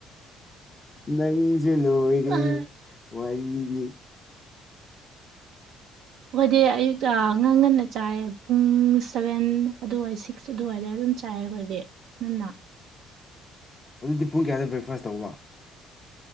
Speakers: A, on the left; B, on the right.
A: ꯅꯪꯁꯨ ꯂꯣꯏꯔꯦ
B: ꯑꯩꯈꯣꯏꯗꯤ
A: ꯋꯥꯔꯤꯗꯤ
B: ꯑꯈꯣꯏꯗꯤ ꯑꯌꯨꯛꯇ ꯉꯟ ꯉꯟꯅ ꯆꯥꯏ ꯄꯨꯡ ꯁꯚꯦꯟ ꯑꯗꯨꯋꯥꯏꯁꯤ ꯑꯁ ꯑꯗꯨꯋꯥꯏꯗ ꯑꯗꯨꯝ ꯆꯥꯏꯌꯦ ꯑꯩꯈꯣꯏꯗꯤ ꯉꯟꯅ
A: ꯑꯗꯨꯗꯤ ꯄꯨꯡ ꯀꯌꯥꯗ ꯕ꯭ꯔꯦꯛꯐꯥꯁ ꯇꯧꯕ